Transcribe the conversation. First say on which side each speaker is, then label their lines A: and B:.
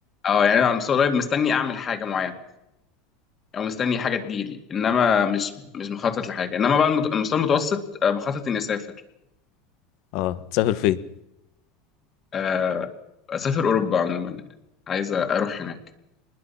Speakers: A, on the left; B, on the left.
A: اه يعني أنا على المستوى القريب مستني اعمل حاجه معينه او مستني حاجه تجيلي انما مش مش مخطط لحاجه انما بقى المت- المستوى المتوسط آه، بخطط اني اسافر
B: اه تسافر فين
A: آه، اسافر اوروبا عموما يعني عايز اروح هناك